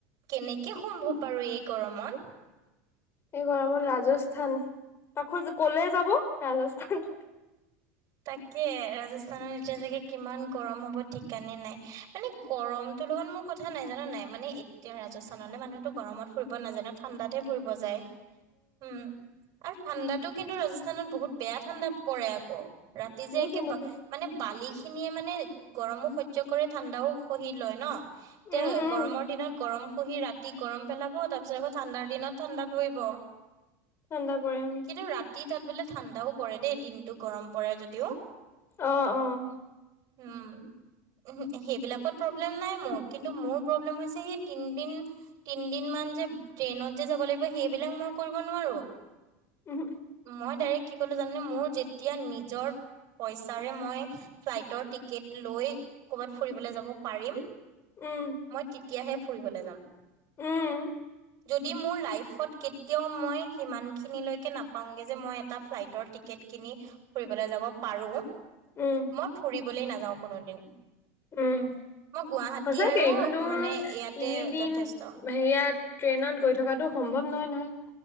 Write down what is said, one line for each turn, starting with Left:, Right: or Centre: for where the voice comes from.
Right: কেনেকে সম্ভৱ বাৰু আৰু এই গৰমত।
Left: এই গৰমত
Right: উম
Left: ৰাজস্থান তাকো ক'লে যাব ৰাজস্থান।
Right: তাকে ৰাজস্থানৰ এতিয়া চাগে কিমান গৰম হ'ব ঠিকানে নাই, মানে গৰমতো লগত। মোৰ কথা নাই জান নে নাই, মানে এতিয়া ৰাজস্থানলৈ মানুহতো গৰমত ফুৰিব নাযায় নহয় ঠাণ্ডাত হে ফুৰিব যায়। উম, আৰু ঠাণ্ডাতো কিন্তু ৰাজস্থানত বহুত বেয়া ঠাণ্ডা পৰে আকৌ। ক ৰাতি যে
Left: বহুত
Right: একে
Left: ঠাণ্ডা পৰে
Right: মানে বালি। খিনিয়ে মানে গৰমো সহ্য কৰে ঠাণ্ডাও সহি লয় ন। এতিয়া
Left: উম, উম,
Right: গৰমৰ দিনত গৰম। পুহি ৰাতি গৰম পেলাব, তাৰপিছত আকৌ ঠাণ্ডাৰ দিনত ঠাণ্ডা পৰিব।
Left: ঠাণ্ডা পৰে উম।
Right: কিন্তু ৰাতি তাত বোলে ঠাণ্ডাও পৰে দেই দিনতটো গৰম পৰে যদিও।
Left: অ', অ'।
Right: উম। সেইবিলাকত প্ৰব্লেম নাই মোৰ, কিন্তু মোৰ প্ৰব্লেম হৈছে সি তিন দিন, তিন দিন মা সেইখন যে ট্ৰেইনত যে যাব লাগিব সেইবিলাক মই কৰিব নোৱাৰোঁ।
Left: উম,
Right: মই ডাইৰেক্ট কি কলোঁ জানে মোৰ যেতিয়া নিজৰ। পইচাৰে মই ফ্লাইটৰ টিকেট লৈ কৰবাত ফুৰিবলৈ যাব পাৰিম।
Left: উম,
Right: মই তেতিয়াহে ফুৰিবলৈ যাম।
Left: উম।
Right: যদি মোৰ লাইফত কেতিয়াও মই সিমানখিনিলৈকে নাপাওঁগৈ, যে মই এটা ফ্লাইটৰ টিকেট কিনি। ফুৰিবলৈ যাব পাৰোঁ,
Left: উম,
Right: মই ফুৰিবলৈ নাযাওঁ কোনো দিন।
Left: উম।
Right: মই গুৱাহাটী।
Left: সঁচাকে
Right: আৰু
Left: ইমান দূৰ
Right: মানে
Left: তিনিদিন,
Right: ইয়াতে যথেষ্ট
Left: হেইয়াত ট্ৰেইনত গৈ থকাটো সম্ভৱ নহয়, নহয়।